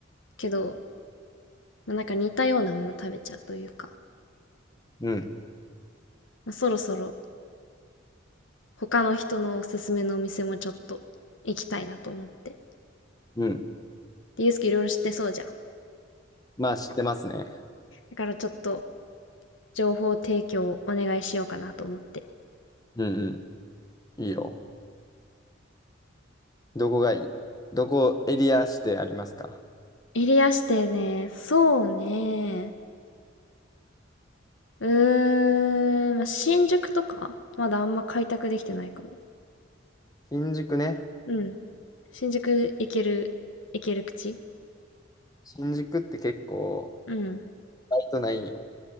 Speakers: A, on the left (about 75°); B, on the left (about 20°).
A: けど、まあ、なんか似たようなもの食べちゃうというか、
B: うん、
A: まあ、そろそろ他の人のおすすめのお店もちょっと行きたいなと思って。
B: うん。
A: で、ゆうすけいろいろ知ってそうじゃん。
B: まあ、知ってますね。
A: だからちょっと情報提供をお願いしようかなと思って。
B: うん、うん、いいよ。どこがいいどこエリアしてありますか
A: エリア指定ね、そうね。うーん、まあ、新宿とか、まだあんま開拓できてないかも。
B: 新宿ね。
A: うん。新宿行ける、行ける口
B: 新宿って結構、
A: うん。
B: バイトないんよ。